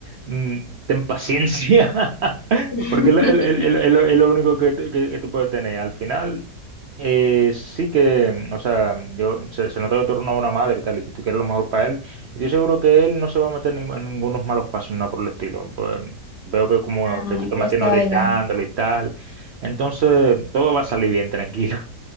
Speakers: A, on the right; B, on the left.
A: mm, ten paciencia, <laughs>
B: <laughs>
A: porque es lo, es lo- es lo- es lo- es lo único que, tú- que, que tú puedes tener. Al final, eh, sí que, o sea, yo se, se nota que tú eres una buena madre y tal, y que tú quieres lo mejor para él. Y estoy seguro que él no se va a meter en, en ningunos malos pasos, nada por el estilo. Pues, veo que como que
B: Ay,
A: tú te mantienes
B: ya se
A: orientándolo
B: oiga.
A: y tal. Entonces, todo va a salir bien, tranquilo.